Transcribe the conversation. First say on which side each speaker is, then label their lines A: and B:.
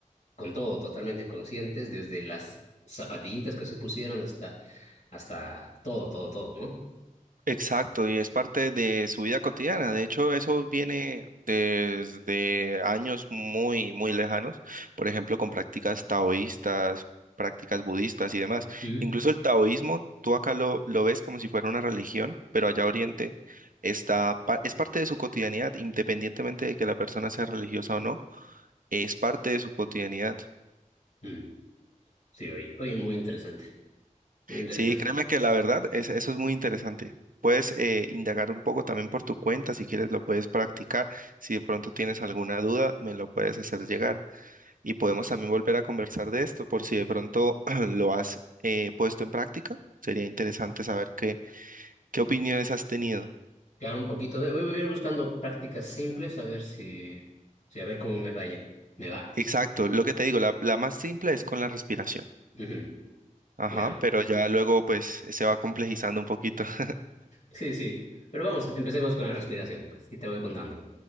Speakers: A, on the left; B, on the right.
A: con todo, totalmente conscientes, desde las zapatillitas que se pusieron hasta, hasta todo, todo, todo, ¿no?
B: Exacto, y es parte de su vida cotidiana. De hecho, eso viene desde años muy, muy lejanos, por ejemplo, con prácticas taoístas, prácticas budistas y demás.
A: Ujú,
B: Incluso el taoísmo, tú acá lo, lo ves como si fuera una religión, pero allá
A: ujú.
B: Oriente está, pa- es parte de su cotidianidad, independientemente de que la persona sea religiosa o no, es parte de su cotidianidad.
A: Mm, Sí, oye, oye, muy interesante, muy interesante.
B: Sí, créeme que la verdad es, eso es muy interesante. Puedes eh, indagar un poco también por tu cuenta, si quieres lo puedes practicar. Si de pronto tienes alguna duda, me lo puedes hacer llegar. Y podemos también volver a conversar de esto por si de pronto <clears throat> lo has eh, puesto en práctica. Sería interesante saber qué, qué opiniones has tenido.
A: Claro, un poquito, voy, voy a ir buscando prácticas simples a ver si, si a ver cómo me vaya, me va.
B: Exacto, lo que te digo, la, la más simple es con la respiración.
A: Ujú,
B: Ajá,
A: Ya,
B: pero ya luego pues se va complejizando un poquito. <laughs>
A: Sí, sí, pero vamos, empecemos con la respiración, pues, y te voy contando.